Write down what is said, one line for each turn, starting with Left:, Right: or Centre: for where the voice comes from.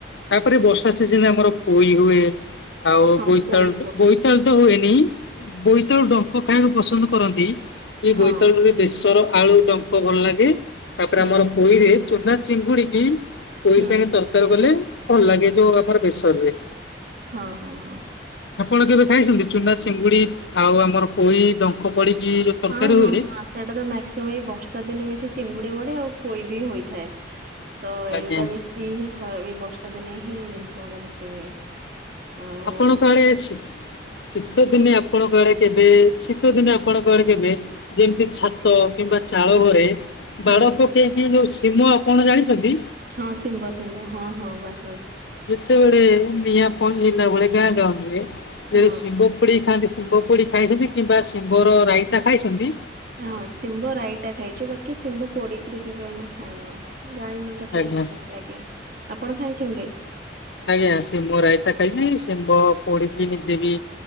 Left: ତାପରେ ବର୍ଷା ସିଜିନରେ ଆମର ପୋଇ ହୁଏ ଆଉ
Right: ହଁ
Left: ବୋଇତାଳୁ
Right: ପୋଇ ପୋଇ
Left: ବୋଇତାଳୁ ତ ହୁଏନି ହିଁ ବୋଇତାଳୁ ଡଙ୍କ ଖାଇବାକୁ ପସନ୍ଦ କରନ୍ତି କିଏ
Right: ହଁ
Left: ବୋଇତାଳୁରେ ବେସର ଆଳୁ ଡଙ୍କ ଭଲ ଲାଗେ ତାପରେ
Right: ହଁ
Left: ଆମର ପୋଇରେ ଚୁନା ଚିଙ୍ଗୁଡିକି ପୋଇ
Right: ହୁଁ
Left: ସାଙ୍ଗେ ତରକାରୀ କଲେ ଭଲ ଲାଗେ ଯୋଉ ଆମର ବେସର ରେ
Right: ହଁ ହଁ ହଁ
Left: ଆପଣ କେବେ ଖାଇଛନ୍ତି ଚୁନା ଚିଙ୍ଗୁଡି ଆଉ ଆମର ପୋଇ ଡଙ୍କ? ପଡିକି ଯୋଉ ତରକାରୀ
Right: ହଁ ହଁ
Left: ହୁଏ?
Right: ହଁ ସେଇଟା ତ ମାକ୍ସିଅମ୍ ଏଇ ବର୍ଷା ଦିନେ ବେଶୀ ଚିଙ୍ଗୁଡି ମ ଲେ ଆଉ ପୋଇ ବି ହୋଇଥାଏ ତ ଏଇଗୁଟା
Left: ଆଜ୍ଞା
Right: ବେଶୀ ହିଁ ଖ ଏଇ ବର୍ଷା ଦିନେ ହିଁ ଛ ଡା ବେଶି ହୁଏ। ଆଉ
Left: ଆପଣଙ୍କ ଆଡେ ଶୀ ଶୀତ
Right: କ
Left: ଦିନେ ଆପଣଙ୍କ ଆଡେ କେବେ ଶୀତ ଦିନେ ଆପଣଙ୍କ ଆଡ଼େ କେବେ ଯେମିତି ଛାତ କିମ୍ବା ଚାଳ ଘରେ
Right: ହୁଁ
Left: ବାଡ ପକେଇକି ଯୋଉ ସୀମ ଆପଣ ଜାଣିଛନ୍ତି?
Right: ହଁ ଶିମ୍ବ ଶିମ୍ବ ହଁ ହଁ ବାସ୍ ବାସ୍।
Left: ତେବେଳେ ନିଆଁ ପହିଁହେଲା ବୋଳେ ଗାଁ ଗାଉଁଲିରେ ଯେଳେ
Right: ହଁ।
Left: ସିମ୍ବ ପୋଡି ଖାଆନ୍ତି ଶିମ୍ବ ପୋଡିକି ଖାଇଛନ୍ତି କିମ୍ବା ଶିମ୍ବର ରାଇତା ଖାଇଛନ୍ତି।
Right: ହଁ ଶିମ୍ବ ରାଇଟା ଖାଇଛିୁ ବାକି ଶିମ୍ବ ପୋଡିକିରି କେବେ ଆମେ ଖାଇନୁ। ଜାଣିନୁ ତା
Left: ଆଜ୍ଞା
Right: ଟେଷ୍ଟ କେମିତି ଲାଗେ ଆପଣ ଖାଇଛନ୍ତି?
Left: ଆଜ୍ଞା ଶିମ ରାଇତା ଖାଇଚି ଶିମ୍ବ ପୋଡିକି ନିଜେ ବି